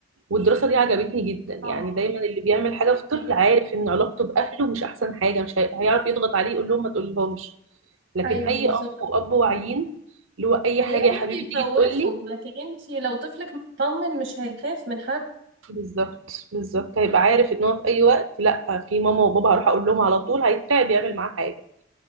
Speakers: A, on the right (about 80°); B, on the right (about 65°).
A: والدراسه دي عجبتني جدا يعني
B: آه،
A: دايما اللي بيعمل حاجه في طفل
B: أيوة
A: عارف ان علاقته باهله مش احسن حاجه مش هي- هيعرف يضغط عليه يقول لهم ما تقولهمش لكن
B: ايوه
A: اي
B: بالظبط
A: ام واب واعيين اللي هو اي
B: هيقدر
A: حاجه يا حبيبي
B: يخوفه
A: تيجي تقول لي
B: لكن انتي لو طفلك مطمن مش هيخاف من حد
A: بالظبط بالظبط هيبقى عارف ان هو في اي وقت لا في ماما وبابا هروح اقول لهم على طول هيترعب يعمل معاه حاجه